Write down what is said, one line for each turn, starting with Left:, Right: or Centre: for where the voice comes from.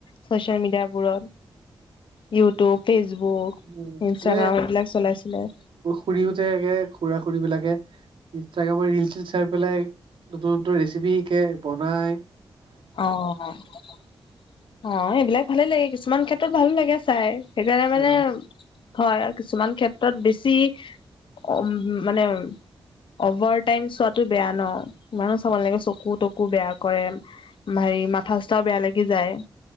Left: চচিয়েল মিডিয়াবোৰত ইউটুব ফেচবুক,
Right: উম
Left: ইনষ্টাগ্ৰাম এইবিলাক চলাই চলাই
Right: খুুৰীও যে একে খুৰা-খুৰীবিলাকে ইনষ্টাগ্ৰামত ৰিল চীল চাই পেলাই নতুন - নতুন ৰেচিপি শিকে বনায়।
Left: অ - অ এইবিলাক ভালে লাগে কিছুমান ক্ষেত্ৰত ভালো লাগে চাই। সেইকাৰণে মানে
Right: অ
Left: হয় কিছুমান ক্ষেত্ৰত বেছি অ মানে অভাৰ টাইম চোৱাটো বেয়া ন। ইমানো
Right: উম,
Left: চাব নালাগিব চকু - তকু বেয়া কৰে হেৰি মাথা চাথাও বেয়া লাগি যায়।